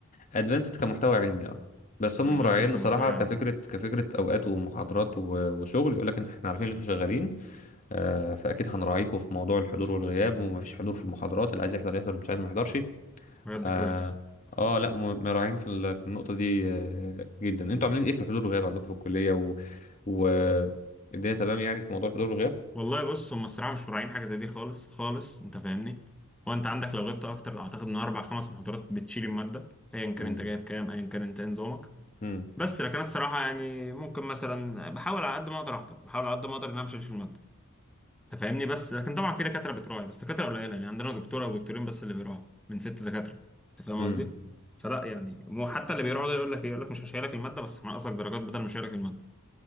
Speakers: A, on the left; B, in the centre.
A: ادفانسد كمحتوى علمي اه بس هم
B: ادفانسد
A: مراعيين
B: كمحتوى
A: صراحه
B: علمي
A: كفكره كفكره اوقات ومحاضرات و- وشغل يقول لك ان احنا عارفين ان انتوا شغالين آه، فاكيد هنراعيكم في موضوع الحضور والغياب ومفيش حضور في المحاضرات اللي عايز يحضر يحضر مش عايز ما يحضرش
B: بجد
A: اه
B: كويس
A: آه، لا م- مراعيين في ال- في النقطه دي آه، جدا انتوا عاملين ايه في الحضور والغياب عندكم في الكليه و... و... الدنيا تمام يعني في موضوع الحضور والغياب
B: والله بص هم الصراحه مش مراعين حاجه زي دي خالص خالص انت فاهمني هو انت عندك لو غبت اكتر اعتقد ان اربع خمس محاضرات بتشيل الماده ايا كان
A: امم
B: انت جايب كام ايا كان انت إيه نظامك
A: امم
B: بس لكن أنا الصراحه يعني ممكن مثلا بحاول على قد ما اقدر احضر بحاول على قد ما اقدر ان انا مش هشيل الماده انت فاهمني بس لكن طبعا في دكاتره بتراعي بس دكاتره قليله يعني عندنا دكتوره ودكتورين بس اللي بيراعوا من ست دكاتره انت فاهم
A: امم
B: قصدي فلا يعني مو حتى اللي بيراعوا ده يقول لك ايه يقول لك مش هشيلك الماده بس هنقصك درجات بدل ما اشيلك الماده